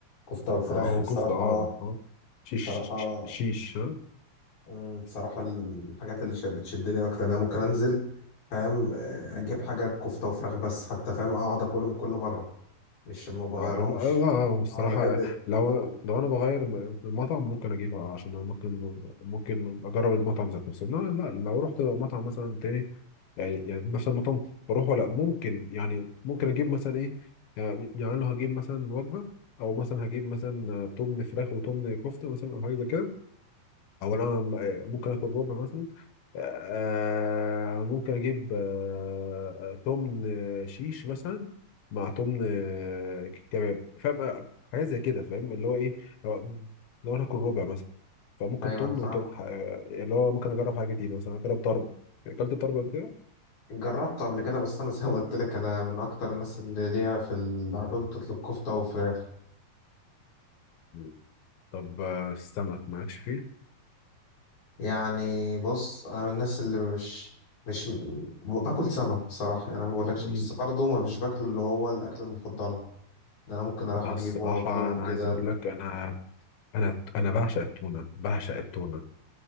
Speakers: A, on the left; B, on the left.
A: كفته والفراخ
B: اه
A: بصراحه
B: كفته اه اه شيش
A: بصراحه
B: شيش, شيش.
A: مم، بصراحه الحاجات اللي ش- بتشدني اكتر انا ممكن انزل فاهم آه، اجيب حاجه كفته وفراخ بس حتى فاهم اقعد اكلهم كل مره مش ما بغيرهمش
B: آه، لا لا بصراحة
A: هو اللي احب
B: لو لو أنا بغير م- المطعم ممكن أجيبها عشان أنا ممكن ممكن أجرب المطعم ذات نفسه إنما لا لو رحت مطعم مثلا تاني يعني يعني نفس المطعم بروح ولا ممكن يعني ممكن أجيب مثلا إيه يعني يعني لو هجيب مثلا وجبة أو مثلا هجيب مثلا تمن فراخ وتمن كفتة مثلا أو حاجة زي كده او انا م- ممكن اكل ربع مثلا آه، ممكن اجيب آه، آه، تمن آه، شيش مثلا مع تمن آه، كباب فاهم آه، حاجات زي كده فاهم اللي هو ايه لو لو انا هاكل ربع مثلا فممكن
A: دايما
B: تمن
A: فاهم
B: وتمن آه، اللي هو ممكن اجرب حاجه جديده مثلا اجرب طرب اكلت طرب قبل كده
A: جربته قبل كده بس انا زي ما قلت لك انا من اكتر الناس اللي ليها في ال- على طول تطلب كفته وفراخ
B: مم. طب آه، السمك مالكش فيه
A: يعني بص انا من الناس اللي مش مش م- باكل سمك بصراحه يعني انا ما بقولكش
B: مم.
A: بس برضه ما مش باكله اللي هو الاكله المفضله اللي انا ممكن اروح
B: أنا
A: اجيبه
B: الصراحه
A: واطلبه
B: انا عايز
A: كده
B: اقول لك انا انا انا بعشق التونه بعشق التونه